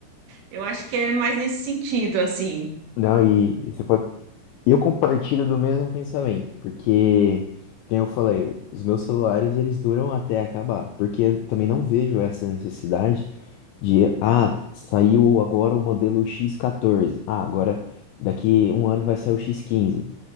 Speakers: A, on the right (about 75°); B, on the left (about 85°).
A: eu acho que é mais nesse sentido, assim.
B: Não, e e você pode Eu compartilho do mesmo pensamento, porque, como eu falei, os meus celulares eles duram até acabar, porque eu também não vejo essa necessidade de, ah, saiu agora o modelo X14, ah, agora daqui um ano vai sair o x quinze.